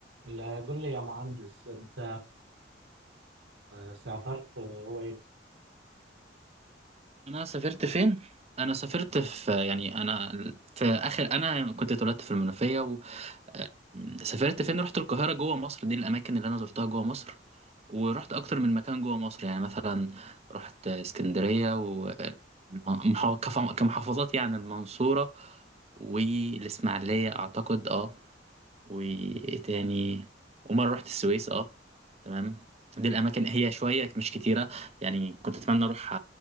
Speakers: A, on the right; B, on the right.
A: لا قل لي يا مهندس انت آه، سافرت آه، وين
B: انا سافرت فين انا سافرت في يعني انا في اخر انا كنت اتولدت في المنوفيه و... آه، سافرت فين رحت القاهرة جوه مصر دي الأماكن اللي أنا زرتها جوه مصر ورحت أكتر من مكان جوه مصر يعني مثلا رحت اسكندرية ومحافظات كمحافظات يعني المنصورة والإسماعيلية أعتقد أه وايه تاني ومره رحت السويس اه تمام دي الاماكن هي شويه مش كتيره يعني كنت اتمنى اروح